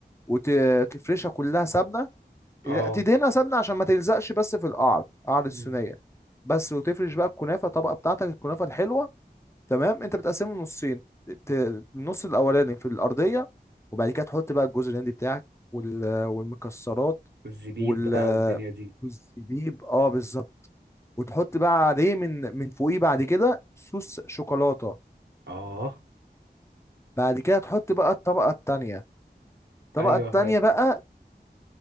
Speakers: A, on the left; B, on the right.
A: وتفرشها كلها سمنه
B: اه
A: تدهنها سمنه عشان ما تلزقش بس في القعر قعر الصينيه
B: امم
A: بس وتفرش بقى الكنافه الطبقه بتاعتك الكنافه الحلوه تمام انت بتقسمه نصين ت- النص الاولاني في الارضيه وبعد كده تحط بقى الجوز الهندي بتاعك وال- والمكسرات
B: والزبيب
A: وال
B: بقى والدنيا دي
A: والزبيب اه بالظبط وتحط بقى عليه من من فوقيه بعد كده صوص شوكولاته
B: اه
A: بعد كده تحط بقى الطبقة التانية الطبقة
B: ايوه
A: التانية
B: فاهم
A: بقى